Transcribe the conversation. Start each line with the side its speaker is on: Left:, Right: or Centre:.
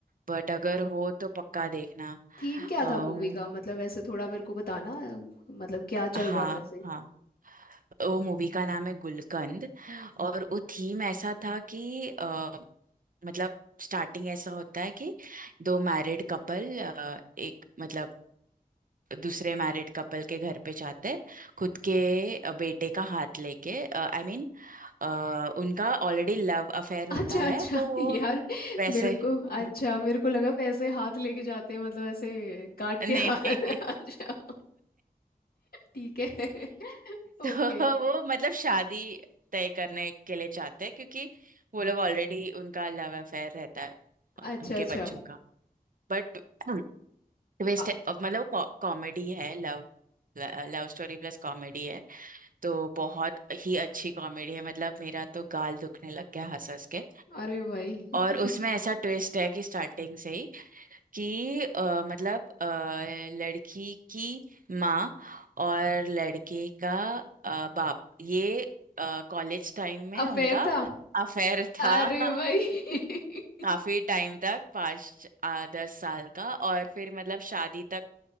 Right: बट अगर हो तो पक्का देखना
Left: थीम क्या
Right: अ, वो-
Left: था मूवी का मतलब ऐसे थोड़ा मेरे को बताना अ, मतलब क्या
Right: हाँ
Left: चल रहा था ऐसे
Right: हाँ वो मूवी का नाम है गुलकंद और वो थीम ऐसा था कि अ, मतलब स्टार्टिंग ऐसा होता है कि दो मैरिड कपल एक मतलब दूसरे मैरिड कपल के घर पे जाते हैं खुद के अ, बेटे का हाथ लेके आई मीन अ, उनका ऑलरेडी लव अफेयर होता
Left: अच्छा अच्छा
Right: है तो वो
Left: यार
Right: वैसे
Left: मेरे को
Right: <laughs>
Left: अच्छा मेरे को लगा पैसे हाथ लेके जाते हैं मतलब ऐसे काट
Right: नहीं
Left: के हाथ
Right: नहीं
Left: <laughs> अच्छा ठीक है <laughs>
Right: तो
Left: ओके
Right: वो मतलब शादी तय करने के लिए चाहते हैं क्योंकि वो लोग ऑलरेडी उनका लव अफेयर रहता है अ,
Left: अच्छा
Right: उनके
Left: अच्छा
Right: बच्चों का बट ट्विस्ट
Left: बा-
Right: है अब मतलब कॉमेडी है love love story plus comedy है तो बहुत ही अच्छी कॉमेडी है मतलब मेरा तो गाल दुखने लग गया हंस हंस के
Left: अरे भाई <laughs>
Right: और उसमें ऐसा ट्विस्ट है कि स्टार्टिंग से ही कि अ, मतलब अ, लड़की की माँ और लड़के का अ, बाप ये कॉलेज टाइम में
Left: अफेयर
Right: उनका
Left: था
Right: अफेयर था
Left: अरे
Right: <laughs>
Left: भाई <laughs>
Right: काफी टाइम तक पाँच आ, दस साल का और फिर मतलब शादी तक